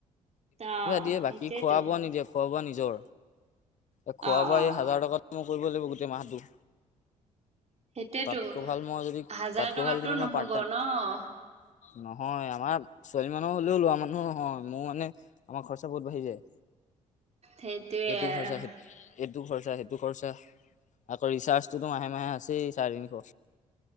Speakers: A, on the right; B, on the left.
A: অ
B: দিয়ে বাকী
A: সেইটোৱেতো
B: খোৱা বোৱা নিদিয়ে খোৱা বোৱা নিজৰ এই খোৱা
A: অ
B: বোৱা
A: অ
B: এই হাজাৰ টকাত মই কৰিব লাগিব গোটেই মাহটো।
A: সেইটোয়েতো
B: তাতকৈ ভাল মই যদি
A: হাজাৰ
B: তাতকৈ
A: টকাটো
B: ভাল যদি মই
A: নহব
B: পাৰ্ট টাইম
A: নহঁ।
B: নহয় আমাৰ ছোৱালী মানুহ হলেও লোৱা মানুহো নহয় মোৰ মানে আমাৰ খৰচা বহুত বাঢ়ি যায়।
A: সেইটোৱে
B: এইটো
A: আৰু।
B: খৰচা সেই এইটো খৰচা সেইটো খৰচা আকৌ ৰিচাৰ্জটোতো মাহে মাহে আছেই চাৰে তিনিশ।